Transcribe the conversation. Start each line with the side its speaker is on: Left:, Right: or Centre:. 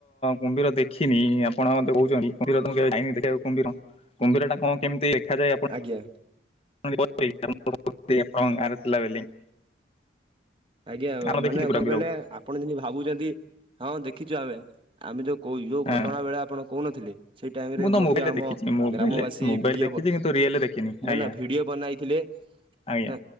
Left: କୁମ୍ଭୀର ଦେଖିନି ଆପଣ ଏବେ କହୁଛନ୍ତି କୁମ୍ଭୀର ତ କେବେ ଯାଇନି ଦେଖିବାକୁ କୁମ୍ଭୀର। କୁମ୍ଭୀର ଟା କଣ କେମିତି ଦେଖାଯାଏ ଆପ
Right: ଆଜ୍ଞା
Left: <unintelligible> <unintelligible> ଆରେଥିଲା ବୋଲି।
Right: ଆଜ୍ଞା
Left: ଆମେ ଦେଖିଛୁ
Right: ମାନେ
Left: ପୁରା
Right: କଣ
Left: କୁମ୍ଭୀରକୁ
Right: କହିଲେ? ଆପଣ ଯେମିତି ଭାବୁଛନ୍ତି ହଁ ଦେଖିଛୁ ଆମେ ଆମେ ଯୋଉ କ ଯୋଉ
Left: ହଁ
Right: ଘଟଣା ବେଳେ ଆପଣ କୋହୁନଥିଲି? ସେଇ ଟାଇମ୍
Left: ମୁଁ
Right: ରେ
Left: ତ
Right: ମଧ୍ୟ
Left: ମୋବାଇଲରେ
Right: ଆମ
Left: ଦେଖିଛି ମୋବାଇଲରେ
Right: ଗ୍ରାମବାସୀ
Left: ମୋବାଇଲ
Right: ଭିଡିଓ
Left: ଦେଖିଛି କିନ୍ତୁ ରିଏଲ ଦେଖିନି
Right: ନା
Left: ଆଜ୍ଞା
Right: ନା ଭିଡିଓ ବନାଇଥିଲେ।
Left: ଆଜ୍ଞା।
Right: ନା